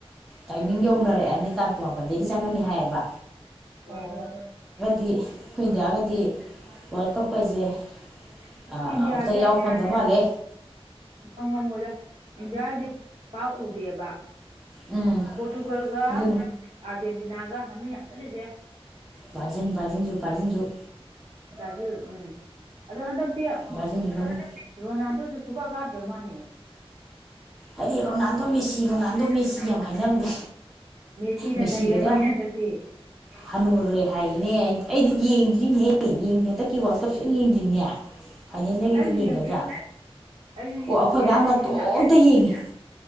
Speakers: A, in the centre; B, on the right.
A: ꯇꯥꯏꯃꯤꯡ ꯌꯧꯅꯔꯛꯑꯅꯤ ꯇꯥꯡ ꯀꯨꯟꯃꯥꯄꯟꯗꯒꯤ ꯆꯪꯉꯅꯤ ꯍꯥꯏꯌꯦꯕ
B: ꯑꯣ
A: ꯗꯤ ꯑꯩꯈꯣꯏ ꯏꯟꯗꯤꯌꯥꯒꯗꯤ ꯋꯥꯔꯜ ꯀꯞ ꯀꯩꯁꯦ ꯑ
B: ꯏꯟꯗꯤꯌꯥꯗꯤ
A: ꯑꯝꯇ ꯌꯥꯎ ꯐꯪꯗ ꯃꯥꯜꯂꯦ
B: ꯍꯪꯉꯝꯃꯣꯏꯗ ꯏꯟꯗꯤꯌꯥꯗꯤ ꯄꯥꯛꯎꯗꯦꯕ
A: ꯎꯝ
B: ꯄꯣꯔꯇꯨꯒꯜꯒ
A: ꯑꯗꯨ
B: ꯑꯥꯔꯖꯦꯟꯇꯤꯅꯥꯒ ꯃꯃꯤꯡ ꯌꯥꯝ ꯆꯠꯂꯤꯁꯦ
A: ꯕ꯭ꯔꯥꯖꯤꯟ ꯕ꯭ꯔꯥꯖꯤꯟꯁꯨ ꯕ꯭ꯔꯥꯖꯤꯟꯁꯨ
B: ꯕ꯭ꯔꯥꯖꯤꯟ ꯎꯝ ꯑꯗꯣ ꯍꯟꯗꯛꯇꯤ
A: ꯚꯥꯔꯖꯤꯟꯁꯨ ꯃꯃꯤꯡ
B: ꯔꯣꯅꯥꯜꯗꯣꯗꯨ ꯁꯨꯀ ꯀꯗ꯭ꯔ ꯃꯥꯅꯦ
A: ꯍꯥꯏꯗꯤ ꯔꯣꯅꯥꯜꯗꯣ ꯃꯦꯁꯤ ꯔꯣꯅꯥꯜꯗꯣ ꯃꯦꯁꯤ ꯌꯥꯝ ꯍꯥꯏꯅꯕꯅꯦ
B: ꯃꯦꯁꯤꯅ
A: ꯃꯦꯁꯤꯒꯗꯣ
B: ꯅꯩꯔ ꯃꯥꯅꯦ ꯍꯟꯗꯛꯇꯤ
A: ꯍꯅꯨꯔꯦ ꯍꯥꯢꯅꯦ ꯑꯩ ꯑꯩꯗꯤ ꯌꯦꯡꯗ꯭ꯔꯤꯅꯦꯍꯦ ꯌꯦꯡꯗ꯭ꯔꯤ ꯍꯟꯗꯛꯀꯤ ꯋꯥꯟꯀꯞ ꯁꯨꯌꯦꯡ ꯌꯦꯡꯗ꯭ꯔꯤꯅꯦ ꯐꯥꯏꯅꯦꯜꯗꯩ ꯒꯗꯤ
B: ꯑꯩꯁꯨ
A: ꯌꯦꯡꯒꯗ꯭ꯔꯥ
B: ꯌꯦꯡꯗ꯭ꯔꯤ ꯑꯩꯁꯨ
A: ꯑꯣ
B: ꯌꯦꯡꯗ꯭ꯔꯤꯌꯦ
A: ꯑꯩꯈꯣꯏ ꯕꯥ ꯃꯇꯣꯝꯇ
B: ꯃꯤꯅ
A: ꯌꯦꯡꯉꯤ